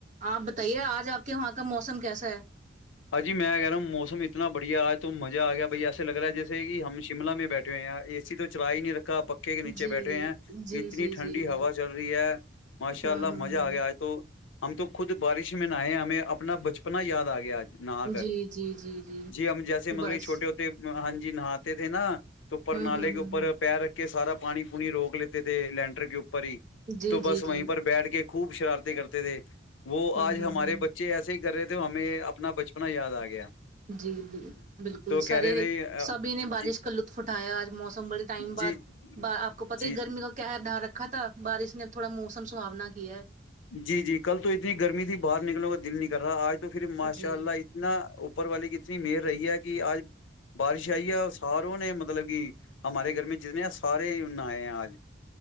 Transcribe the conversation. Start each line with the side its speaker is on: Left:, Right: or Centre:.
Right: آپ بتائیے آج آپ کے وہاں کا موسم کیسا ہے
Left: اجی میں کہہ رہا ہوں موسم ات بڑھیا آج تو مہ آ گیا بھائی ایسے لگ رہا جیسے کہ ہم شملہ میں بیٹھے ہوئے اے س تو چلا ہی نہیں رکھا پکا ے کے نیچے
Right: جی
Left: بیٹھے ہیں
Right: جی
Left: اتنی
Right: جی جی
Left: ٹھنڈی ہوا
Right: جی
Left: چل رہی ہے ماشاء
Right: ہوں
Left: اللہ
Right: ہوں
Left: مزہ
Right: ہوں
Left: آ گیا آج تو ہم تو خود بارش میں نہئے ہمیں اپنا بچپنا یاد آ گیا آج نہا کر
Right: جی جی جی
Left: جی ہم جیسے مطلب
Right: بس
Left: یہ چھوٹے ہوتے ہاں جی نہاتے تھے نا تو پر
Right: ہوں
Left: نالے
Right: ہوں
Left: کے
Right: ہوں
Left: اوپر
Right: ہوں
Left: پیر رکھ کہ سارا پانی پونی روک لیتے تھے لینڈر کے اوپر ہی
Right: جی
Left: تو
Right: جی
Left: بس وہیں
Right: جی
Left: پر بیٹھ کے خوب شرارتیں کرتے تھے وہ
Right: ہوں
Left: آج
Right: ہوں
Left: ہمارے
Right: ہوں
Left: بچے ایسے ہی کر رہے تھے ہمیں اپنا بچپنا یاد آ گیا
Right: جی جی بالکل
Left: تو
Right: سارے
Left: کہہ رہے تھے
Right: سبھی نے بارش
Left: جی
Right: کا لطف اٹھایا آج موسم بڑے ٹائم بعد
Left: جی
Right: با آپ کو پتہ
Left: جی
Right: ہے گرمی کا قہر ڈھا رکھا تھا بارش نے اب تھوڑا موسم سہاونا کیا ہے
Left: جی جی کل تو اتنی گرمی تھی باہر نکلنے کا دل نہیں کر رہا آج تو پھر ماشاء
Right: جی
Left: اللہ اتنا اپر والی کی اتنی مہر رہی ہے کہ آج بارش آئی ہے اور ساروں نے مطلب کہ ہمارے گھر میں جتنے سارے نہایے ہیں آج